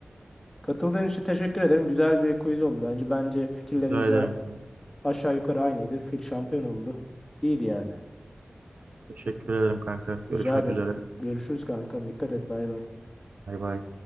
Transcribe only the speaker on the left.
Katıldığın için teşekkür ederim. Güzel bir quiz oldu bence. Bence fikirlerimiz
a-
aşağı yukarı aynıydı. Fil şampiyon oldu. İyiydi yani.
Rica ederim.
Görüşürüz kankam. Dikkat et. Bay bay.